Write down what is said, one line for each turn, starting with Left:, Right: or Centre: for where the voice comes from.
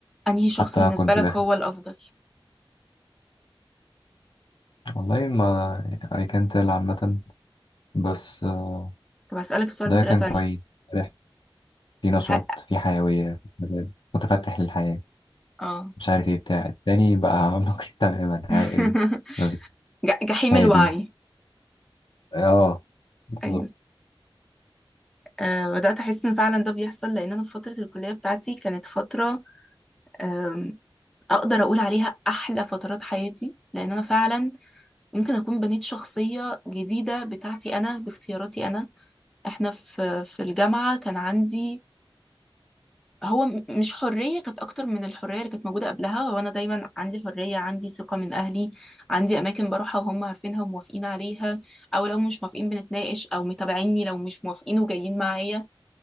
Centre: انهي شخص
Left: حتى
Centre: بالنسبة
Left: كنت
Centre: لك
Left: داخل
Centre: هو الافضل
Left: والله ما أي كانت عامة بس آه،
Centre: طب هسألك السؤال
Left: ده
Centre: بطريقة
Left: كان
Centre: تانية
Left: كويس فرح. في نشاط
Centre: حقك
Left: في حيوية في مزاج، متفتح للحياة
Centre: اه
Left: مش عارف ايه بتاع التاني بقى <laughs> نقي تماما
Centre: <laughs>
Left: عاقل رزق
Centre: جح- جحيم
Left: هادي
Centre: الوعي
Left: اه بالظبط
Centre: ايوه آه، بدأت أحس إن فعلا ده بيحصل لأن أنا في فترة الكلية بتاعتي كانت فترة آم، أقدر أقول عليها أحلى فترات حياتي لأن أنا فعلا ممكن أكون بنيت شخصية جديدة بتاعتي أنا باختياراتي أنا إحنا في في الجامعة كان عندي هو م- مش حرية كانت أكتر من الحرية اللي كانت موجودة قبلها هو أنا دايما عندي حرية عندي ثقة من أهلي عندي أماكن بروحها وهم عارفينها وموافقين عليها أو لو مش موافقين بنتناقش أو متابعيني لو مش موافقين وجايين معايا